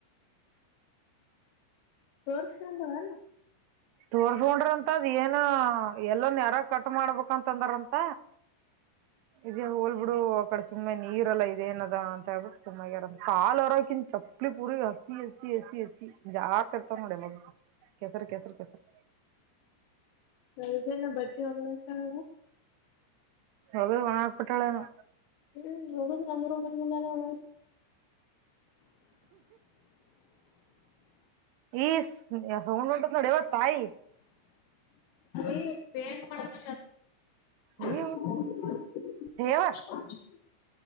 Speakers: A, on the left; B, on the right.
A: ಸೋರ್ಷಂತನು
B: ತೋರ್ ಹೋಂಡ್ರ ಹತ್ತದ ಏನ ಎಲ್ಲೋ ನ್ಯಾರ ಕಟ್ ಮಾಡ್ಬೇಕಂತ ಅಂದ್ರಂತ ಇದೇ ಹೋಲ್ ಬಿಡು ಆ ಕಡೆ ಸುಮ್ಮನೆ ನೀರ್ಲ್ಲ ಇದೇಏನದ ಅಂತ ಹೇಳ್ಬಿಟ್ಟು ಸುಮ್ಮಾರ ಕಾಲು ಇರಕಿನ್ ಚಪ್ಪಲಿ ಪೂರಿ ಹಸಿ ಹಸಿ ಹಸಿ ಹಸಿ ಜಾಸ್ ಇರ್ ಇರ್ತಾವ ನೋಡಿ ಇವಾಗ ಕೆಸರ ಕೆಸರ ಕೆಸರ್
A: ಸೌಜನ ಬಟ್ಟಿ ಹೋಯ್ತಾಳ
B: ಅವರು ಒಣ ಆಗಪಟ್ಟಳನೊ
A: ಹ್ಮ ಹ ನರುಂಬ ಮುಂದಾನ ಒಳ
B: ಈ ಊಗಂಟತ್ ನೋಡಿ ಇವ ತಾಯಿ
A: ಏ ಪೇಂಟ್ ಮಾಡಂತ <unintelligible>
B: ನೀವು ಯವ್ವ